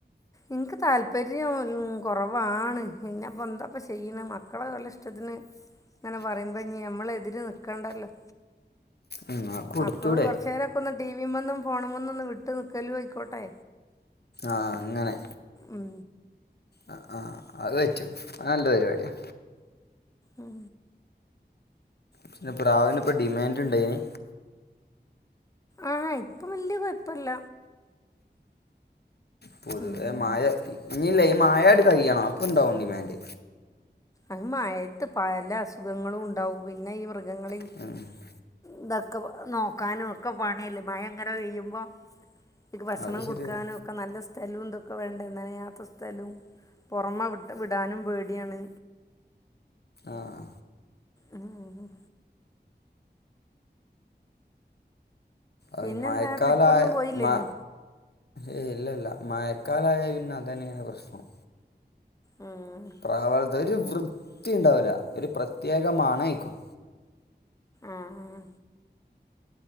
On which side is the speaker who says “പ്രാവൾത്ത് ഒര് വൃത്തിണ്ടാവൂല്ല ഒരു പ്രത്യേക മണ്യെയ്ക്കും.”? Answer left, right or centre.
Left